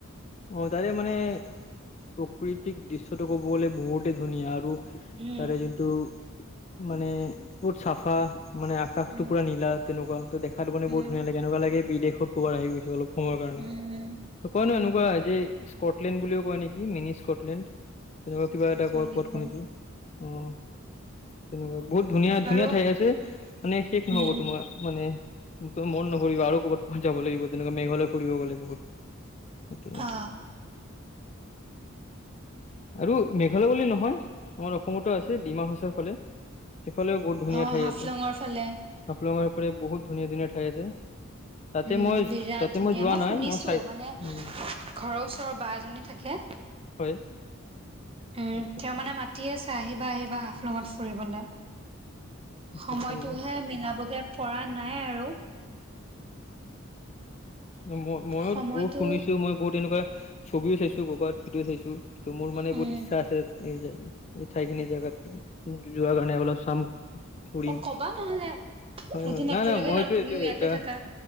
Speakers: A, on the left; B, on the right.
A: অ', তাৰে মানে প্ৰকৃতিক দৃশ্যটো ক'ব গ'লে বহুতে ধুনীয়া আৰু
B: উম
A: তাৰে যোনটো মানে ক'ত চাফা মানে আকাশটো
B: উম
A: পুৰা নীলা তেনেকুৱা। ত' দেখাত মানে
B: উম
A: বহুত ধুনীয়া লাগে, এনেকুৱা লাগে বিদেশত ক'বাত আহি গৈছে অলপ সময়ৰ কাৰণে
B: উম
A: অকমান
B: উম
A: হয় আজি স্কটলেণ্ড বুলিও কয় নেকি মিনি স্কটলেণ্ড। তেনেকুৱা কিবা
B: অ
A: এটা
B: হয়
A: কয়
B: নেকি
A: ক'ত শুনিছো,
B: মই
A: অ' তেনেকুৱা বহুত ধুনীয়া ধুনীয়া
B: বাৰু
A: ঠাই আছে, মানে শেষ নহ'ব
B: উম
A: তোমাৰ। মানে মন নকৰিব আৰু ক'ৰবাত ক'ত যাব লাগিব তেনেকুৱা মেঘালয় ফুৰিব গ'লে লাগিব। সেইটোয়েই।
B: অ
A: আৰু মেঘালয় বুলি নহয় আমাৰ অসমতো আছে ডিমাহাছাওৰ ফালে। সেফালেও বহুত ধুনীয়া
B: অ
A: ঠাই
B: হাফলঙৰ
A: আছে,
B: ফালে
A: হাফলঙৰফালে বহুত ধুনীয়া ধুনীয়া ঠাই আছে। তাতে
B: উম,
A: মই
B: বিৰাট
A: তাতে
B: ধুনীয়া,
A: যোৱা
B: মই
A: নাই
B: শুনিছো
A: চাই
B: মানে
A: উম
B: ঘৰৰ ওচৰৰ বা এজনী থাকে
A: হয়।
B: উম,
A: আচ্ছা
B: তেওঁ মানে মাতি আছে আহিবা আহিবা হাফলঙত ফুৰিবলে। সময়তোহে
A: আচ্ছা অ
B: মিলাবগে পৰা নাই আৰু।
A: মই ময়ো
B: সময়তো
A: বহুত শুনিছো মই বহুত তেনেকুৱা ছবিও চাইছো। ক'বাত ভিডিঅ' চাইছো, ত' মোৰ মান
B: উম
A: বহুত ইচ্ছা আছে। এই যে এই ঠাইখিনি জেগাত যোৱা কাৰণে অলপ চাম ফুৰিম,
B: অ কবা নহলে
A: হয়
B: এদিন
A: হয় নাই
B: একেলগে
A: নাই মইতো
B: যাম তুমিও
A: এইটোয়
B: ইয়াতে
A: এটা
B: থাকা